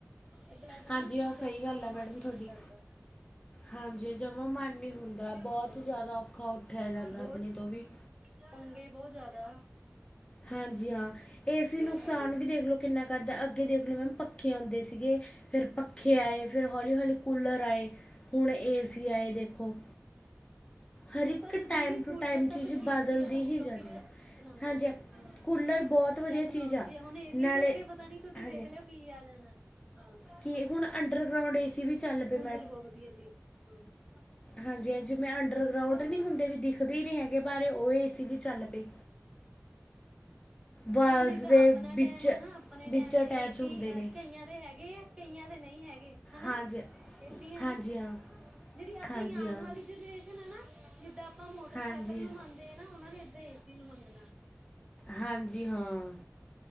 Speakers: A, on the right; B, on the left.
A: ਏਦਾਂ ਲੱਗਦਾ
B: ਹਾਂਜੀ
A: ਨਾ ਜਿਦਾਂ
B: ਹਾਂ ਸਹੀ
A: ਉੱਠਣ
B: ਗੱਲ
A: ਦਾ
B: ਹੈ ਮੈਡਮ
A: ਮਨ ਹੀ
B: ਤੁਹਾਡੀ
A: ਨੀ ਕਰਦਾ।
B: ਹਾਂਜੀ ਜਮਾ ਮਨ ਨਹੀਂ ਹੁੰਦਾ ਬਹੁਤ
A: ਹਮ
B: ਜ਼ਿਆਦਾ ਔਖਾ ਉੱਠਿਆ ਜਾਂਦਾ
A: ਬਹ
B: ਆਪਣੇ ਤੋਂ ਵੀ
A: <unintelligible> ਬਹੁਤ ਜ਼ਿਆਦਾ।
B: ਹਾਂਜੀ ਹਾਂ ਏ ਸੀ ਨੁਕਸਾਨ
A: ਏਸੀ ਦੇ।
B: ਵੀ ਦੇਖ ਲਓ ਕਿੰਨਾ ਕ ਰਦਾ ਅੱਗੇ ਦੇਖ ਲਓ ਮੈਮ ਪੱਖੇ ਹੋਓਂਦੇ ਸੀਗੇ ਫੇਰ ਪੱਖੇ ਆਏ ਫੇਰ ਹੌਲੀ ਹੌਲੀ ਕੂਲਰ ਆਏ ਹੁਣ ਏਸੀ ਆਏ ਦੇਖੋ। ਹਰ ਇੱਕ
A: ਪਰ
B: ਟਾਈਮ
A: ਦੀਦੀ ਕੂਲਰ
B: ਟੂ ਟਾਈਮ ਚੀਜ਼
A: ਤੱਕ ਠੀਕ
B: ਬਦਲਦੀ
A: ਸੀਗਾ ਸਬੀ
B: ਹੀ
A: ਲੋਕੀ
B: ਜਾਂਦੀ
A: ਲਉਦੇ
B: ਹਾਂਜੀ
A: ਸੀ ਹਮ
B: ਕੂਲਰ ਬਹੁਤ ਵਧੀਆ
A: ਟੈਕਨੋਲਜੀ
B: ਚੀਜ਼ ਆ
A: ਹੁਣ ਏਸੀ
B: ਨਾਲੇ
A: ਤੋਂ ਅੱਗੇ ਪਤਾ ਪਤਾ ਨੀ ਤੁਸੀਂ
B: ਹਾਂਜੀ
A: ਦੇਖ ਲਿਓ ਕੀ ਆ ਜਾਣਾ। ਹਾਂ
B: ਕਿ ਹੁਣ
A: ਹਾਂ
B: ਅੰਡਰਗਰਾਊਂਡ ਏ ਸੀ ਵੀ ਚੱਲ ਪਏ
A: ਕੂਲਰ ਬਹੁਤ ਵਧੀਆ ਸੀ <unintelligible>
B: ਹਾਂਜੀਹਾਂਜੀ ਜਿਵੇਂ ਅੰਡਰਗਰਾਉਂਡ
A: ਹਾਂ
B: ਨੀ ਹੁੰਦੇ ਵੀ ਦਿਖਦੇ ਹੀ ਨੀ ਹੈਗੇ ਬਾਹਰੇ ਉਹ ਏ ਸੀ ਵੀ ਚੱਲ ਪਏ। ਵਾਲਸ
A: ਹੁਣ ਜਿੱਦਾਂ
B: ਦੇ
A: ਆਪਣਾ
B: ਵਿੱਚ
A: ਟੈਮ ਐ ਨਾ ਆਪਣੇ
B: ਵਿੱਚ
A: ਟੈਮ
B: ਅਟੈਚ
A: ਚ ਏ ਸੀ
B: ਹੁੰਦੇ ਨੇ
A: ਕਈਆਂ ਦੇ ਹੈਗੇ ਐ ਕਈਆਂ ਦੇ ਨਹੀਂ ਹੈਗੇ। ਹੈਨਾ
B: ਹਾਂਜੀ
A: ਏਦੀ ਏ
B: ਹਾਂਜੀ
A: ਨਾ
B: ਹਾਂ
A: ਜਿਹੜੀ ਆਪਣੀ
B: ਹਾਂਜੀ
A: ਆਉਣ
B: ਹਾਂ
A: ਵਾਲੀ ਜਨਰੇਸ਼ਨ ਨਾ ਜਿੱਦਾਂ ਆਪਾਂ ਮੋਟਰਸਾਈਕਲ
B: ਹਾਂਜੀ
A: ਨੂੰ ਮੰਗਦੇ ਆ ਨਾ ਉਹਨਾ ਨੇ ਏਦਾਂ ਏ ਸੀ ਨੂੰ ਮੰਗਨਾ।
B: ਹਾਂਜੀ ਹਾਂ।